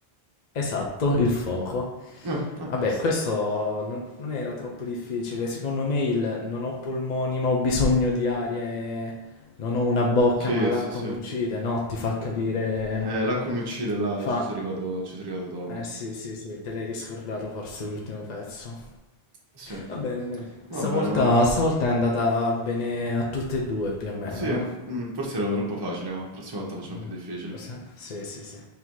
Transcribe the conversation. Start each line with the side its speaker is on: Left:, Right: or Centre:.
Left: esatto, il fuoco.
Right: Ah, a
Left: Vabbè,
Right: posto.
Left: questo non, non era troppo difficile. Secondo me il non ho polmoni ma ho bisogno di aria e non ho una bocca
Right: Sì,
Left: ma l'acqua
Right: sì, sì.
Left: mi uccide, no? Ti fa capire...
Right: Eh, l'acqua mi uccide, là
Left: Ti fa...
Right: ci sono arrivato, ci sono arrivato dopo.
Left: Eh sì, sì, sì, te l'hai riscordato forse l'ultimo pezzo.
Right: Sì.
Left: Va bene, dai.
Right: Va
Left: Stavolta,
Right: bene, va.
Left: stavolta è andata bene a tutte e due più o meno,
Right: Sì,
Left: eh?
Right: mm, forse erano troppo facili, ma la prossima volta facciamo
Left: No.
Right: più difficili.
Left: Forse- Sì, sì, sì.